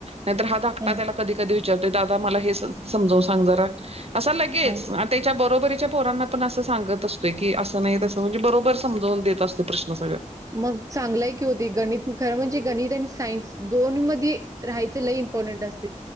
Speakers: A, on the right (about 50°); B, on the right (about 25°).
A: नाहीतर हा धाकटा
B: हम्म
A: त्याला कधी कधी विचारते दादा मला हे समजून सांग जरा अस लगेच
B: हम्म
A: त्याच्या बरोबरीच्या पोरांना पण असं सांगत असतो की असं नाही तसं म्हणजे बरोबर समजवून देत असतोय प्रश्न सगळं.
B: मग चांगलाय की होते गणित खरं म्हणजे गणित आणि सायन्स दोन्ही मध्ये राहायचं लय इम्पॉर्टंट असतय.